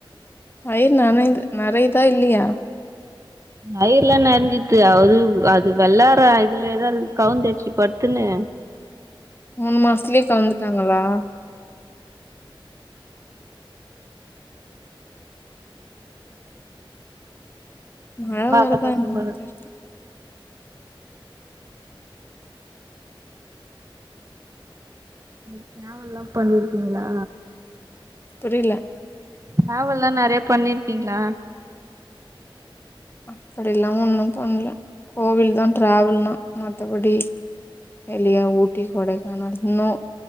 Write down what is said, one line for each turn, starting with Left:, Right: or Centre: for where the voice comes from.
Left: வயிறு நனை நெறையுதா இல்லயா
Right: வயிறெலா நெறஞ்சிச்சு அது அது வெள்ளாற இதுலயேதா இருக்து கவுந்தடுச்சி படுத்துனு
Left: மூணு மாசத்துலயே கவுந்துட்டாங்களா மழ
Right: ரொம்ப
Left: வருதா
Right: அட்டகாசோ
Left: என்னனு
Right: பண்ணுது
Left: தெர்ல
Right: நீங்க ட்ராவெல்லா பண்ணிருக்கிங்ளா
Left: புரில
Right: ட்ரவெல்லா நெறையா பண்ணிருக்கிங்ளா
Left: அப்டில்லா ஒண்ணு பண்ல கோவில் தா டிராவெல்னா மத்தபடி வெளியா ஊட்டி கொடைக்கானல் நோ